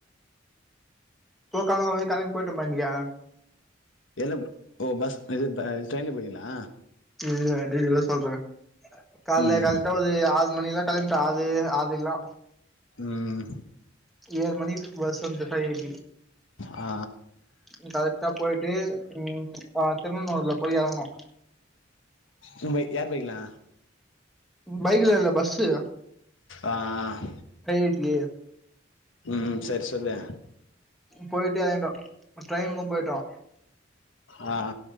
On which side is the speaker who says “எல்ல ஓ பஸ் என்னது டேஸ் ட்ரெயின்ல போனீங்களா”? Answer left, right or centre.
Left